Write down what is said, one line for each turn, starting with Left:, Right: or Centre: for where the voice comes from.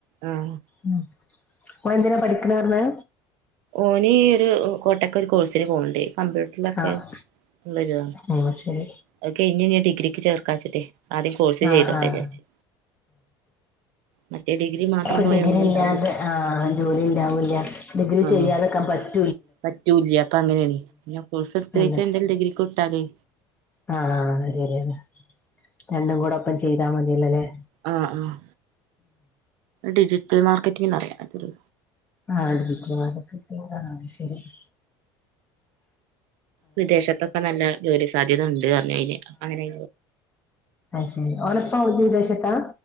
Right: ആഹ്
Left: ഉം ഓൾ എന്തിനാ പഠിക്ക്ണ് പറഞ്ഞ്
Right: ഓന് ഒരു കോട്ടക്കെ ഒരു കോഴ്സിന് പോണുണ്ട് കമ്പ്യൂട്ടർ അത്
Left: ആഹ് ഉം ശരി
Right: കഴിഞ്ഞ് ഇനി ഡിഗ്രി ക്ക് ചേർക്കാച്ച്ട്ടെയ് ആദ്യം കോഴ്സ്
Left: ആഹ്
Right: ചെയ്തോട്ടെ
Left: ആഹ്
Right: വിചാരിച്ച് മറ്റേ ഡിഗ്രി മാത്രം
Left: ഇപ്പൊ
Right: പോയാ
Left: ഡിഗ്രി
Right: ഒന്നും ഉണ്ടാവൂല
Left: ഇല്ലാതെ ആഹ ജോലി ഉണ്ടാവൂല്ല ഡിഗ്രി
Right: ആഹ്
Left: ചെയ്യാതെക്കാൻ പറ്റൂ
Right: പറ്റൂല്ല്യ അപ്പൊ അങ്ങനെയാണ് ഞ് കോഴ്സ് എടുത്ത്
Left: അതെ
Right: എന്ത ഡിഗ്രിക്ക് വിട്ടാലേ
Left: ആഹ് ആഹ് അ ശരിയാണ് രണ്ടും കൂടെ ഒപ്പം ചെയ്താ മതീല്ലല്ലേ അല്ലേ
Right: ആഹ ആഹ ഡിജിറ്റൽ മാർക്കറ്റിംഗ്ന്ന് പറയാ അതിന്
Left: ആഹ് ഡിജിറ്റൽ മാർക്കറ്റിംഗ് ആഹ് അത് ശരിയാ
Right: വിദേശത്തൊക്കെ നല്ല ജോലി സാധ്യത ണ്ട് പറഞ്ഞ് അയിന് അപ്പൊ അങ്ങനെ
Left: അ ശരി ഓന്റെപ്പ വിദേശത്താ